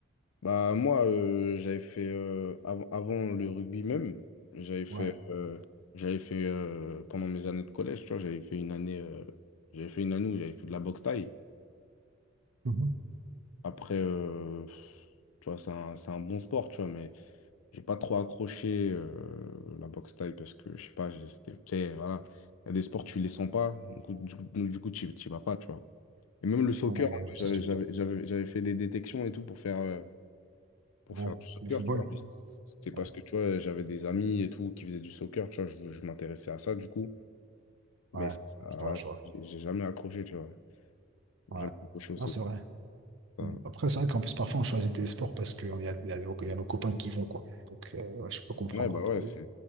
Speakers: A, on the left; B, on the right.
A: Bah, moi, euh, j'avais fait, euh, av- avant le rugby même, j'avais fait,
B: Ouais.
A: euh, j'avais fait euh, pendant mes années de collège, tu vois, j'avais fait une année, euh, j'avais fait une année où j'avais fait de la boxe taille.
B: Mhm.
A: Après, euh, tu vois, c'est un, c'est un bon sport, tu vois, mais j'ai pas trop accroché euh, la boxe thaï parce que, je sais pas, j'ai- c'était, tu sais, voilà. Il y a des sports, tu les sens pas, du coup, du, coup, du coup, tu tu y vas pas, tu vois. Et même le soccer,
B: Ouais, ouais,
A: en vrai,
B: je vois
A: j'avais,
B: ce que tu
A: j'avais,
B: veux dire.
A: j'avais, j'avais fait des détections et tout pour faire, euh, pour
B: Ouais.
A: faire du soccer,
B: Le football?
A: tu vois. mais C'était
B: Ouais.
A: parce que, tu vois, j'avais des amis et tout qui faisaient du soccer, tu vois, je, je m'intéressais à ça, du coup.
B: Ouais.
A: Mais ah,
B: Je vois, je vois.
A: j'ai j'ai jamais accroché, tu vois.
B: Ouais.
A: J'ai jamais accroché au soccer.
B: Non, c'est vrai.
A: Enfin,
B: Mm. Après, c'est vrai qu'en plus, parfois, on choisit des sports parce qu'il y a, y a nos y a nos copains qui vont, quoi. Donc, euh, ouais, je peux comprendre
A: Ouais, bah
B: un peu.
A: ouais, c'est